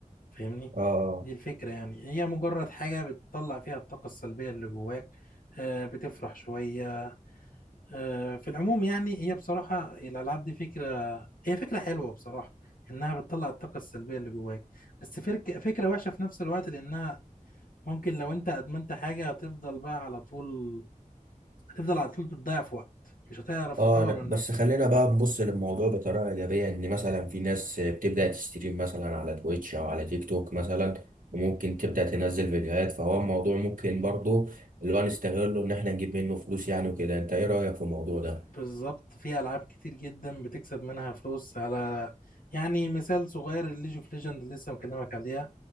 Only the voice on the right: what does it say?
اه اه
اه
أنا-
بس
خلينا بقى نبص للموضوع بطريقه ايجابيه ان مثلا في ناس بتبدا تستريم مثلا على تويتش او على تيك توك مثلا وممكن تبدا تنزل فيديوهات فهو الموضوع ممكن برضو اللي هو نستغله ان احنا نجيب منه فلوس يعني وكده انت ايه رايك في الموضوع ده